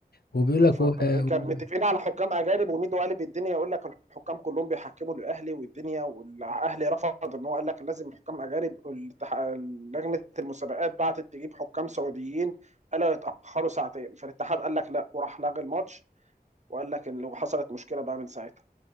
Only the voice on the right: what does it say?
فكان
متفقين على حكام اجانب وميدو قالب الدنيا يقول لك الحكام كلهم بيحكموا الاهلي والدنيا والاهلي رفض ان هو قال لك لازم حكام اجانب والاتح- لجنه المسابقات بعتت تجيب حكام سعوديين قالوا يتاخروا ساعتين فالاتحاد قال لك لا وراح لغى الماتش وقال لك ان لو حصلت مشكله بقى من ساعتها